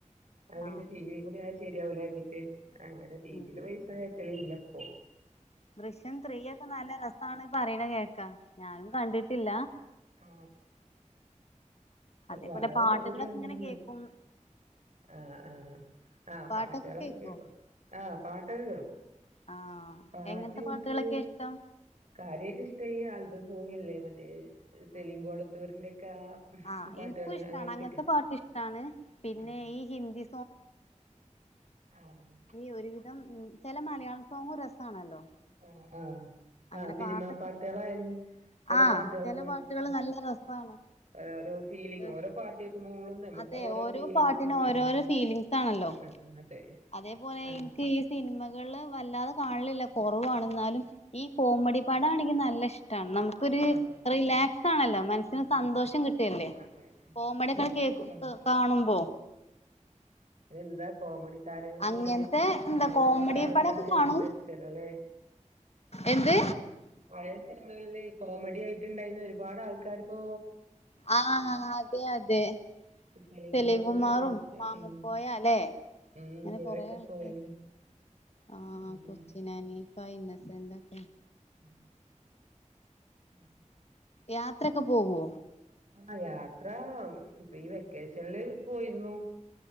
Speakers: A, on the right; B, on the left.
A: അഅ് പിന്നെ
B: ആഹ്
A: ടീവി ക്കൂടി ആ ശെരിയാവൂലാര്തീ ട്ടെ അങ്ങനെ ടി
B: ഉം
A: വിയില് പൈ ട്ടിലില്ല പ്പോ
B: ദൃശ്യം ത്രീയൊക്കെ നല്ല രസാണ് പറീണ കേക്കാ ഞാനും കണ്ടിട്ടില്ല
A: ആ
B: അതേപോലെ
A: വാഴ
B: പാട്ടുകളൊക്കെ
A: പകുതി കണ്ടങ്ങനെ
B: ഇങ്ങനെ കേക്കും
A: നിക്ക ആ ആ ആ
B: പാട്ടൊക്കെ
A: പാട്ടുകളൊക്കെ
B: കേക്കോ
A: കേൾക്കും ആ പാട്ടൊക്കെ കേൾക്കും
B: ആഹ്
A: പാട്ട്
B: എങ്ങനത്തെ
A: ൻക്ക്
B: പാട്ടുകളൊക്കെ ഇഷ്ടം
A: കാര്യ യിട്ടിഷ്‌ടം ഈ ആൽബം സോങ്ങില്ലേ മ സെലിംങ്കോടത്തൂരിന്റെ ക്കെ ആ
B: ആ
A: പാട്ടുകള്
B: എനിക്കുഷ്ടാണ്
A: അങ്ങനത്തെയൊക്കെ
B: അങ്ങൻത്തെ പാട്ട്ഷ്ടാണ് പിന്നെ
A: ആഹ്
B: ഈ ഹിന്ദി
A: ആഹ്
B: <unintelligible> <unintelligible> ചെല മലയാള സോങ്ങ് രസാണല്ലോ
A: ആ ആ
B: അങ്ങനെ
A: ആ സിനിമ
B: പാട്ടൊക്കെ
A: പാട്ടുകളായാലും
B: ഇഷ്ടാ.
A: ചില
B: ആഹ്
A: പാട്ടുകളൊ
B: ചെല പാട്ടുകള് നല്ല രസാണ്
A: ഓരോരോ ഫീലിംഗ്
B: ആ
A: ഓരോ പാട്ട് കേൾക്കുമ്പോളും നമുക്ക്
B: അതെ ഓരോ
A: ഫീലിങ്സ്
B: പാട്ടിനും ഓരോരോ
A: ആഹ്
B: ഫീലിഗ്സ് ആണല്ലോ
A: ആഹ് അതെ
B: അതെപോലെ
A: അങ്ങനെ
B: എനിക്ക് ഈ സിനിമകള് വല്ലാതെ കാണലില്ല കൊറവാ മാണ് എന്നാലും ഈ കോമഡി പടാണെങ്കി നല്ല ഇഷ് ടാണ് നമുക്കൊരു
A: ആഹ്
B: റിലാക്സാണല്ലോ മനസ്സിന്
A: ആഹ്
B: സന്തോഷം കിട്ടല്ലേ.
A: അതെ ഉം
B: കോമഡിക്കെ
A: എനിക്കും
B: കേക്കു
A: ഇഷ്ടാണത്
B: കാണുമ്പോ
A: എന്താ കോമഡി താരങ്ങൾക്കൊരു
B: അങ്ങനത്തെ എന്താ
A: ആ ഒരുപാട്
B: കോമഡി
A: ആൾക്കാര്
B: പടൊക്കെ കാണും
A: മരിച്ചല്ലോ ല്ലേ
B: എന്ത്
A: പഴേ സിനിമകളില് കോമഡിയായിട്ടുണ്ടായിരുന്ന ഒരുപാട് ആൾക്കാരിപ്പോ
B: ആ അതെ അതെ
A: സെലീംകുമാർ
B: സെലിംകുമാറും
A: ലാസ്റ്റ്
B: മാമുക്കോയ
A: ഉം
B: അല്ലെ
A: ഉം
B: അങ്ങനെ
A: അവരൊക്കെ
B: കൊറെ ആൾക്കാര്
A: പോയില്ലേ
B: ആ
A: ഉം.
B: കൊച്ചിൻഹനീഫായും ഇന്നസെൻറ് ഒക്കെ
A: ഉം ഉം
B: യാത്രൊക്കെ പോകുവോ
A: ആ യാത്ര ഇപ്പൊ ഈ വെക്കേഷനില് പോയിരുന്നു